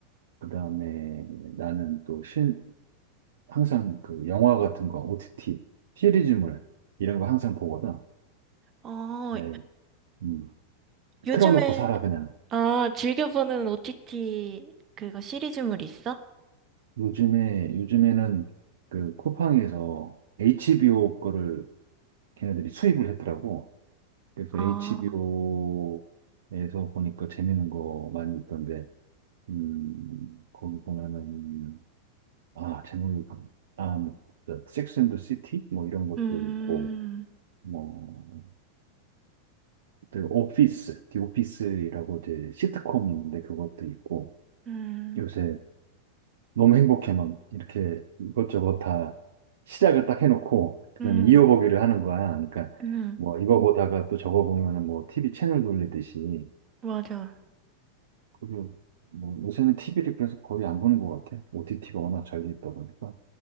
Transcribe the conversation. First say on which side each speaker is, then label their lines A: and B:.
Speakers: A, on the right (about 60°); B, on the right (about 30°).
A: 그 다음에 나는 또 신, 항상 그 영화 같은 거, OTT, 시리즈물, 이런 거 항상 보거든.
B: 어,
A: 아예, 음,
B: 요즘에,
A: 틀어놓고 살아, 그냥.
B: 아, 즐겨보는 OTT 그거 시리즈물 있어?
A: 요즘에, 요즘에는 그 쿠팡에서 HBO 거를 걔네들이 수입을 했더라고. 그래서
B: 아,
A: HBO에서 보니까 재밌는 거 많이 있던데, 음, 거기 보면은 아, 제목이, 아, 뭐, 섹스 앤더 시티? 뭐 이런 것도
B: 음,
A: 있고, 뭐, 그 오피스, 디 오피스라고 이제 시트콤인데 그것도 있고,
B: 음,
A: 요새 너무 행복해 막 이렇게 이것저것 다 시작을 딱 해놓고, 그다음에
B: 음,
A: 이어보기를 하는 거야. 그러니까
B: 음,
A: 뭐 이거 보다가 또 저거 보면은 뭐 TV 채널 돌리듯이,
B: 맞아.
A: 그리고 뭐 요새는 TV를 그래서 거의 안 보는 것 같아. OTT가 워낙 잘 돼 있다 보니까.